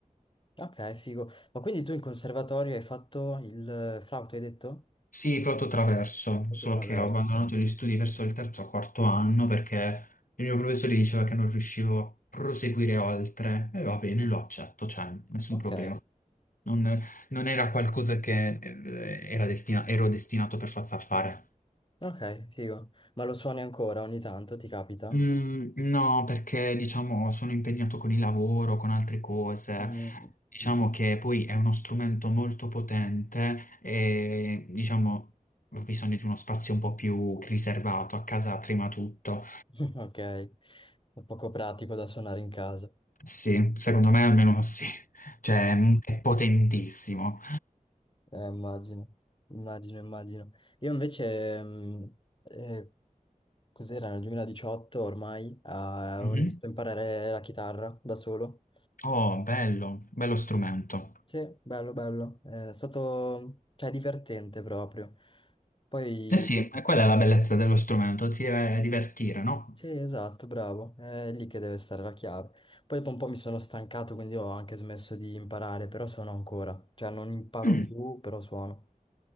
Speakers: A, on the left (about 35°); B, on the left (about 75°).
A: Ok, figo. Ma quindi tu in conservatorio hai fatto il eh, flauto, hai detto?
B: Sì, flauto traverso,
A: Flauto
B: solo
A: traverso.
B: che ho abbandonato gli studi verso il terzo o quarto anno perché il mio professore diceva che non riuscivo a proseguire oltre. E va bene, lo accetto, cioè, nessun
A: Ok,
B: problema. Non, non era qualcosa che eh, era destina- ero destinato per forza a fare.
A: ok, figo. Ma lo suoni ancora ogni tanto, ti capita?
B: Mm, no, perché diciamo sono impegnato con il lavoro, con altre cose.
A: Mm.
B: Diciamo che poi è uno strumento molto potente e diciamo ho bisogno di uno spazio un po' più riservato. A casa prima tutto.
A: <laughs> Ok, è poco pratico da suonare in casa.
B: Sì, secondo me almeno sì. <laughs> Cioè, mm, è potentissimo.
A: Eh, immagino, immagino, immagino. Io invece, mh, eh, cos'era nel 2018 ormai, ah,
B: Mhm.
A: ho iniziato a imparare la chitarra da solo.
B: Oh, bello, bello strumento.
A: Sì, bello, bello. Eh, È stato, cioè, divertente proprio. Poi,
B: Eh sì, e quella è la bellezza dello strumento, ti deve divertire, no?
A: sì, esatto, bravo. È lì che deve stare la chiave. Poi dopo un po' mi sono stancato, quindi ho anche smesso di imparare, però suono ancora. Cioè, non imparo
B: Mm,
A: più, però suono.